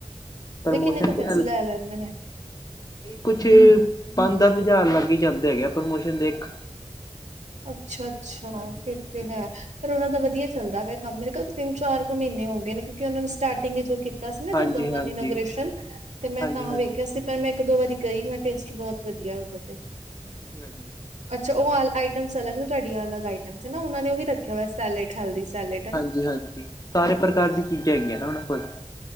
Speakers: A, on the right; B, on the left.
A: ਪਤਾ
B: ਪ੍ਰਮੋਸ਼ਨ
A: ਕਿੰਨੇ ਕੁ
B: ਤੇ
A: ਪੈਸੇ ਲੈ ਲੈਂਦੇ ਨੇ।
B: ਕੁਛ- ਪੰਜ-ਦਸ ਹਜਾਰ ਲਗ ਈ ਜਾਦੇ ਹੈਗੇ ਆ, ਪ੍ਰਮੋਸ਼ਨ ਦੇ ਇਕ।
A: ਅੱਛਾ-ਅੱਛਾ,
B: ਹਾਂਜੀ
A: ਫੇਰ
B: ਹਾਂਜੀ
A: ਤੇ ਹੈ। ਪਰ ਓਨਾ ਦਾ ਵਧੀਆ ਚਲਦਾ ਪਿਆ ਕੰਮ ਮੇਰੇ ਖਿਆਲ ਤਿੰਨ-ਚਾਰ ਕੁ ਮਹੀਨੇ ਹੋ ਗਏ ਨੇ, ਕਿਉਕਿ ਓਨਾ ਨੇ ਸਟਾਰਟਿੰਗ ਜੋ- ਕੀਤਾ ਸੀ ਨਾ
B: ਹਾਂਜੀ
A: ਜਦੋ, ਓਨਾ
B: ਹਾਂਜੀ
A: ਨੇ ਈਨੋਗ੍ਰੇਸ਼ਨਲ ਤੇ ਮੈ
B: ਹਾਂਜੀ
A: ਤਾਂ
B: ਹਾਂਜੀ
A: ਵੇਖਿਆ ਸੀ। ਪਰ ਮੈ ਇਕ-ਦੋ ਵਾਰੀ ਗਈ, ਮੈਂ ਕੇਯਾ ਟੇਸਟ ਬੋਤ ਵਧੀਆ ਓਦਾ ਤੇ।
B: <inaudible>
A: ਅੱਛਾ, ਓ ਆਈਟਮਸ ਅਲਗ ਨੇ ਤੁਆਡੀਆਂ ਅਲਗ ਆਈਟਮਸ ਨਾ, ਓਨਾਂ ਨੇ ਓਵੀ ਰਖਿਆ ਹੋਯਾ, ਸੈਲੇਡ ਹੈਲਦੀ ਸੈਲਡ। ਹਨਾ।
B: ਹਾਂਜੀ-ਹਾਂਜੀ, ਸਾਰੇ ਪ੍ਰਕਾਰ ਦੀ ਚੀਜਾ ਹੈਗੀਆਂ ਨਾ ਓਨਾ ਕੋਲ।